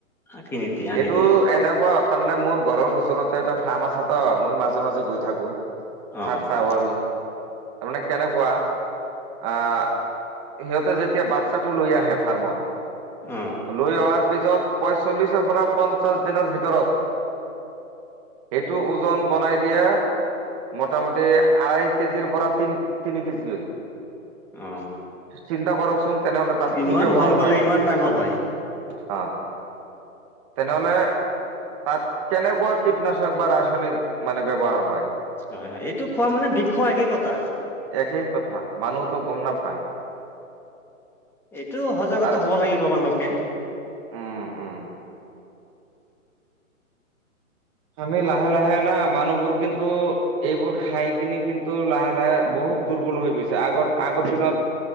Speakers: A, in the centre; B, on the right.
A: আশী নিদিয়ে আনি
B: এইটো
A: দিয়ে
B: এনেকুৱা তাৰ মানে মোৰ ঘৰৰ ওচৰতে এটা ফাৰ্ম আছে ত' মই মাজে মাজে গৈ থাকো,
A: অ
B: ভাত খাই
A: অ
B: আহো আমি। তাৰ মানে কেনেকুৱা আহ, ইহঁতে যেতিয়া বাচ্ছাটো লৈ আহে ফাৰ্মত
A: অ
B: লৈ অহাৰ পিছত <unintelligible> প্ৰচল্লিছৰ পৰা, পঞ্চাছ দিনৰ ভিতৰত। এইটো ওজন বনাই দিয়ে, মোটামুটি আঢ়াই কেজিৰ পৰা তিন-তিনি কেজি লৈ।
A: অ
B: চিন্তা কৰকচোন, তেনেহলে তাত
A: ইমান
B: কি ব্যৱহাৰ
A: সোনকালে
B: হয়?
A: ইমান ডাঙৰ হয়
B: হা, তেনেহ'লে তাত কেনেকুৱা কীটনাশক বা ৰাসায়নিক মানে ব্যৱহাৰ হয়?
A: হয়, হয়, এইটো খোৱা মানে বিষ খোৱা একেই কথা।
B: একেই কথা, মানুহতো গম নাপায়।
A: এইটো সজাগতা
B: আৰু
A: হ'ব লাগিব আপোনালোকে
B: উম উম। আমি লাহ- লাহে না মানুহবোৰ কিন্তু এইবোৰ খাই কিনি কিন্তু লাহে লাহে বহুত দুৰ্বল হৈ গৈছে, আগৰ-আগৰ দিনত